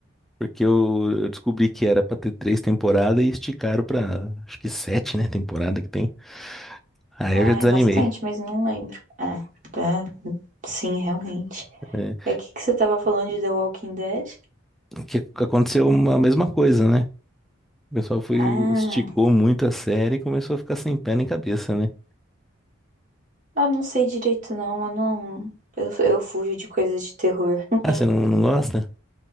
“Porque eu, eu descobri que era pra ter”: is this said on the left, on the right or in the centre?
Centre